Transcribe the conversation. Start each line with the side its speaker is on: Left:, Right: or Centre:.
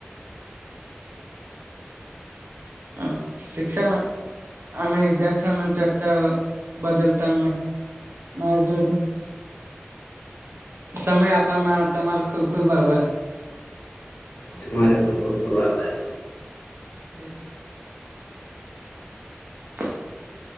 Right: હ શિક્ષણ અને વિદ્યાર થી ન ચર્ચા બદલ તમે મારી જોડે. સમય આપવામાં તમારો ખુબ ખુબ આભાર.
Left: તમારો પણ ખુબ ખુબ આભાર.
Right: હમ. <inaudible>